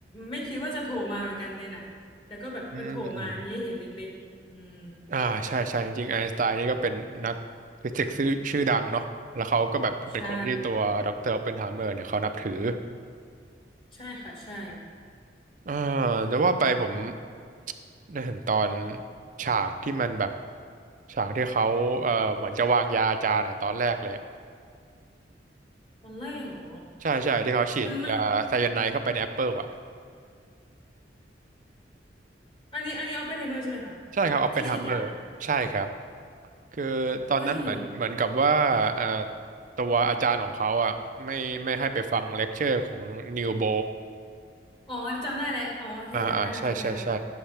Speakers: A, on the left; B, on the right.
A: ไม่คิดว่าจะโผล่มาเหมือนกันในหนังแต่ก็แบบเออโผล่มามีให้เห็นเล็กๆอืม
B: อืมอืมอ่าใช่ใช่จริงๆไอน์สไตน์นี่ก็เป็นนักฟิสิกส์ชื่อชื่อดังเนาะแล้วเขาก็แบบเป็นคนที่ตัวด็อกเตอร์ออปเพนไฮเมอร์เนี่ยเขานับถือ
A: ใช่ใช่ค่ะใช่
B: อ่าแต่ว่าไปผม
A: โอ้
B: <tsk> ได้เห็นตอนฉากที่มันแบบฉากที่เขาเอ่อเหมือนจะวางยาอาจารย์อ่ะตอนแรกเลยอะ
A: ตอนแรกเหรอ
B: ใช่ใช่ที่เขาฉีดยาไซยาไนด์เข้าไปในแอปเปิลอ่ะ
A: มันมันอันนี้อันนี้เอาไปไทเมอร์ใช่ไหมคะแบบที่ฉีดยา
B: ใช่ครับออปเพนไฮเมอร์ใช่ครับคือตอนนั้นเหมือนเหมือนกับว่าเอ่อ
A: เอ้ย
B: ตัวอาจารย์ของเขาอ่ะไม่ไม่ให้ไปฟังเลคเชอร์ของนิวโบ
A: อ๋อจำได้แล้วอ๋อโอเคจำได้แล้วจำได้แล้ว
B: อ่าอ่าใช่ใช่ใช่